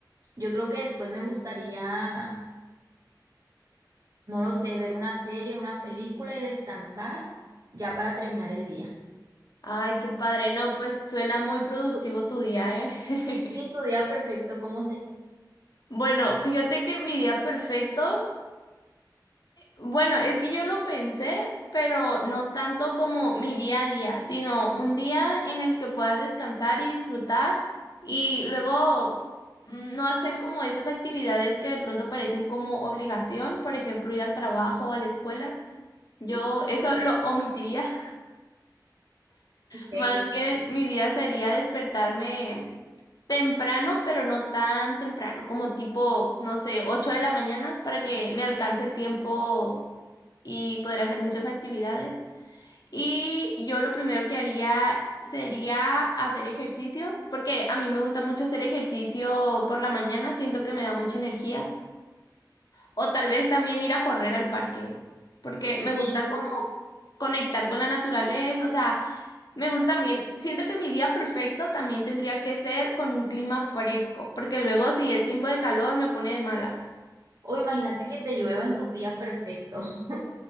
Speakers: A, on the right; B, on the left.
A: yo creo que después me gustaría No lo sé, ver una serie, una película y descansar ya para terminar el día.
B: Ay, qué padre, no, pues suena muy productivo
A: Tu-
B: tu día, ¿eh? <laughs>
A: ¿Y tu día perfecto cómo se...
B: Bueno, fíjate que mi día perfecto, bueno, es que yo lo pensé, pero no tanto como mi día a día, sino un día en el que puedas descansar y disfrutar y luego mm, no hacer como estas actividades que de pronto parecen como obligación, por ejemplo, ir al trabajo o a la escuela. Yo
A: Mm,
B: eso lo omitiría
A: Ok,
B: Más bien, mi día sería despertarme temprano, pero no tan temprano, como tipo, no sé, ocho de la mañana para que me alcance el tiempo y poder hacer muchas actividades. Y yo lo primero que haría sería hacer ejercicio, porque a mí me gusta mucho hacer ejercicio por la mañana, siento que me da mucha energía. O tal vez también ir a correr al parque, porque me gusta
A: sí, como...
B: como conectar con la naturaleza, o sea... Me gusta también. Siento que mi día perfecto también tendría que ser con un clima fresco, porque luego si es tiempo de calor me pone de malas.
A: O imagínate que te llueva en tu día perfecto. <laughs>